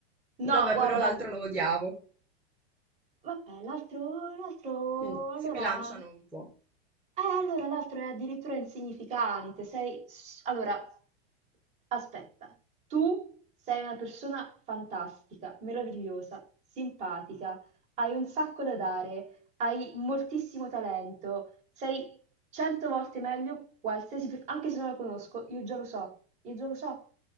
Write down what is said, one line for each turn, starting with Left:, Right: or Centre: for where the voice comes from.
Right: No,
Centre: Vabbè,
Right: guarda.
Centre: però l'altra lo odiavo.
Right: Vabbè, l'altro, l'altro,
Centre: Quindi
Right: allora...
Centre: si bilanciano
Right: Eh,
Centre: un po'.
Right: allora l'altro è addirittura insignificante. Sei... s- Allora, aspetta. Tu sei una persona fantastica, meravigliosa, simpatica, hai un sacco da dare, hai moltissimo talento, sei cento volte meglio qualsiasi... per- Anche se non la conosco, io già lo so, io già lo so,